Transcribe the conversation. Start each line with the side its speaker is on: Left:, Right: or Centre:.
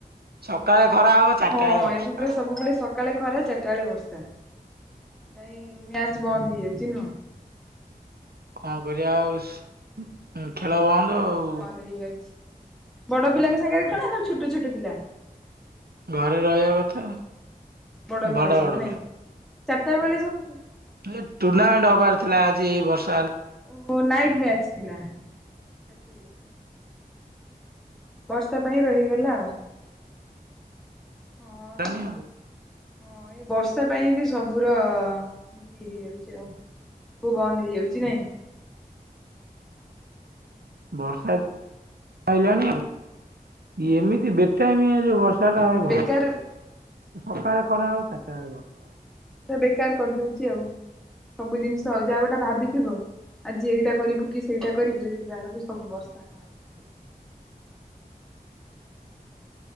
Right: ସକାଳେ ଖରା ହବ ଚାରିଟା
Centre: ହଁ
Right: ବେଳେ ବର୍ଷା
Centre: ଏବେ ପୁରା
Right: ହବ
Centre: ସବୁବେଳେ ସକ୍ ସକାଳେ ଖରା ଚାରିଟା ବେଳେ ବର୍ଷା ସେଥିପାଇଁ ମ୍ୟାଚ ବନ୍ଦ ହେଇଯାଉଛି ନୁହଁ?
Right: କଣ କରିବା ଆଉ ସ୍ ଖେଳ ବନ୍ଦ ଆଉ।
Centre: ବନ୍ଦ ହେଇଯାଉଛି ବଡ଼ ପିଲାଙ୍କ ସାଙ୍ଗରେ ଖେଳ ନା ଛୋଟ ଛୋଟ ପିଲା?
Right: ଘରେ ରହିବା କଥା
Centre: ବଡ଼
Right: ବଡ
Centre: ପିଲା ସବୁ
Right: ବଡ
Centre: ନାଇଁ ଚାରିଟା ବେଳେ ସବୁ
Right: <unintelligible> ଟୁର୍ଣ୍ଣାମେଣ୍ଟ ହବାର ଥିଲା ଆଜି ଏଇ ବର୍ଷା ହେଲା
Centre: ଓହୋ ନାଇଟ ମ୍ୟାଚ୍ ଥିଲା ରାତିରେ ବର୍ଷା ପାଇଁ ରହିଗଲା ଆଉ। ହଁ
Right: ଜାଣି ଆଉ
Centre: ହଁ ଏଇ ବର୍ଷା ପାଇଁ ବି ସବୁର ଏମତି ହେଇଯାଉଛି ଆଉ ସବୁ ବନ୍ଦ ହେଇଯାଉଛି ନାଇଁ?
Right: ବର୍ଷା <unintelligible> ଏମିତି ବେଟାଇମିଆ ଯୋଉ ବର୍ଷା <unintelligible>
Centre: ବେକାର
Right: ଭଲ ଲାଗେ
Centre: ପୁରା
Right: ନା ସକାଳେ ଖରା ହବ ଚାରିଟା ବେଳେ ବର୍ଷା ହଉ।
Centre: ସେ ବେକାର କରିଦଉଛି ଆଉ ସବୁ ଜିନିଷ ଆଉ ଯାହା ଗୋଟେ ଭାବିଥିବ ଆଜି ଏଇଟା କରିବୁ କି ସେଇଟା କରିବୁ ଦେଖିଲା ବେଳକୁ ସବୁ ବର୍ଷା ଖରାପ କରି ଦେଉଛି।